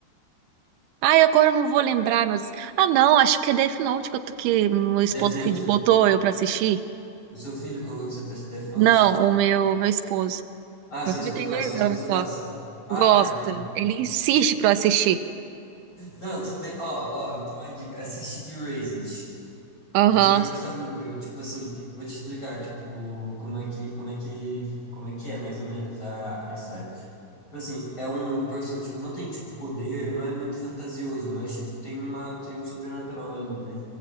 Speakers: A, on the right; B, on the left.
A: Ai, agora eu não vou lembrar, meu Deus. Ah, não, acho que é Death Note que, eu tô- que meu esposo
B: Death Note.
A: pedi- botou eu pra assistir.
B: O seu filho colocou você pra assistir Death Note?
A: Não, o meu, meu esposo.
B: Ah,
A: Meu
B: seu
A: filho
B: esposo.
A: tem
B: Não,
A: dois
B: seu esposo
A: anos só.
B: gosta. Ah,
A: Gosta.
B: tá, entendi, entendi.
A: Ele insiste pra eu assistir.
B: Não, tudo bem. Ó, ó, então uma dica. Assiste Erased. Você
A: Aham,
B: vai gostar muito. Eu, tipo assim, vou te explicar, tipo, o- como é que, como é que, como é que é, mais ou menos, a, a história. Tipo assim, é um personagem, tipo, não tem, tipo, poder, não é muito fantasioso, mas, tipo, tem uma, tem um sobrenatural ali, né?